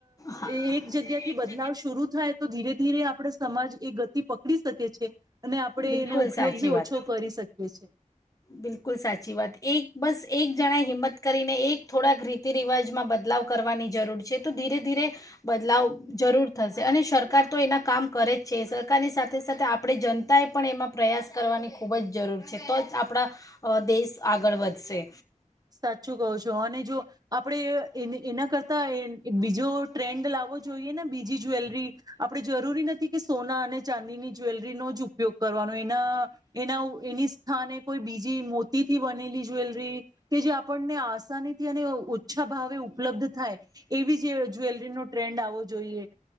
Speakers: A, on the left; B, on the right.
A: હા હમ.
B: એ એક જગ્યા થી બદલાવ શુરૂ થાય તો ધીરે-ધીરે આપડ સમાજ એ ગતિ પકડી શકે છે. અને આપણે
A: બિલકુલ
B: એનો ઉપયોગ
A: સાચી
B: બી
A: વાત,
B: ઓછો કરી શકીએ છે.
A: બિલકુલ સાચી વાત. એક બસ એક જણાએ હિંમત કરીને એક થોડાક રીતિ રિવાજમાં બદલાવ કરવાની જરૂર છે, તો ધીરે ધીરે બદલાવ જરૂર થશે, અને સરકાર તો એના કામ કરે જ છે, સરકારની સાથે-સાથે આપણે જનતા એ પણ એમાં પ્રયાસ કરવાની ખૂબ જ જરૂર છે. તો જ આપણા અહ દેશ આગળ વધશે.
B: સાચું કહું છો અને જો આપડે એના કરતા બીજો ટ્રે હેન્ડ લાવો જોઈએ ને બીજી જ્વેલરી, આપણે જરૂરી નથી કે સોના અને ચાંદીની જ્વેલરીનો જ ઉપયોગ કરવાનો એના એના એની સ્થાને કોઈ બીજી મોતીથી બનેલી જ્વેલરી કે જે આપણને આસાનીથી અને ઓછા ભાવે ઉપલબ્ધ થાય, એવી જે જવેલ ટ્રેન્ડ આવો જોઈએ